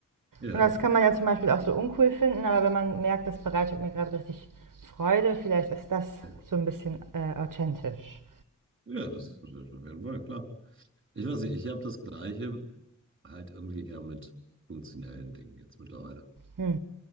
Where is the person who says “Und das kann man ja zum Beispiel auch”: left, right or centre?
Right